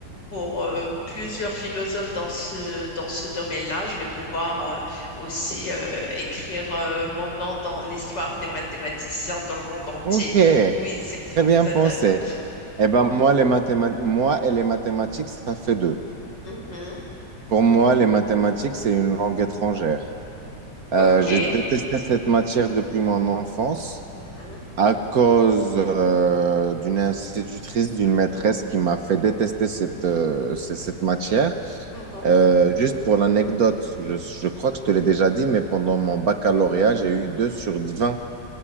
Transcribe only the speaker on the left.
pour euh, plusieurs philosophes dans ce, dans ce domaine-là. Je vais pouvoir euh, aussi euh, écrire euh, mon nom dans l'histoire des mathématiciens dans le monde entier.
Oui, c'est beaucoup
plus
intéressant.
Mhm.
OK.
Mhm.
Mhm.